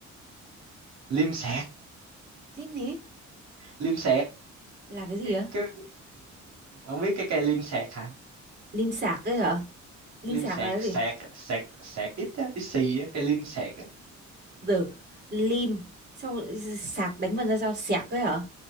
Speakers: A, on the right (about 60°); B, on the right (about 35°).
A: liêm sẹt
B: lim gì
A: liêm sẹt
B: là cái gì
A: cái,
B: á
A: cái, không biết cái cây liêm sẹt hả
B: lim sạc ấy hả lim
A: liêm
B: sạc
A: sẹt
B: là cái
A: sẹt
B: gì
A: sẹt sẹt ít á ít xì á cây liêm sẹt á
B: từ lim xong rồi sạc đánh vần ra sao sạc ấy hả